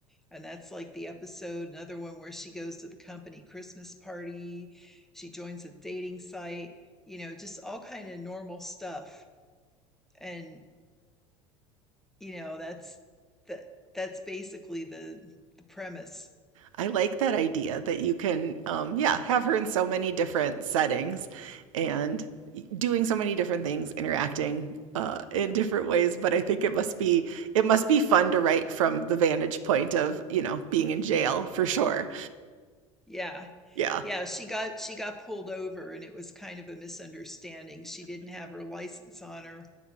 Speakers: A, in the centre; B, on the right.
A: and that's like the episode. Another one where she goes to the company Christmas party, she joins a dating site, you know, just all kind of normal stuff. And, you know, that's that that's basically the the premise.
B: I like that idea that you can, um, yeah, have her in so many different settings and doing so many different things, interacting uh, in different ways. But I think it must be it must be fun to write from the vantage point of you know being in jail for sure.
A: Yeah.
B: Yeah,
A: Yeah, she got she got pulled over and it was kind of a misunderstanding. She didn't have her license on her